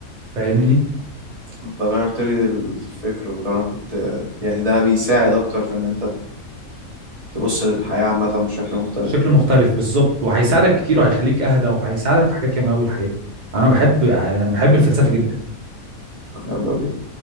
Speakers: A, on the right; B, on the right.
A: فاهمني
B: انت غيرت لي الفكرة اللي انا كنت يعني ده بيساعد اكتر في ان انت تبص للحياة عامة بشكل مختلف
A: شكل مختلف بالظبط وهيساعدك كتير وهيخليك اهدى وهيساعدك في حاجات ياما قوي الحقيقه انا بحب يعني بحب الفلسفه جدا
B: يلا بينا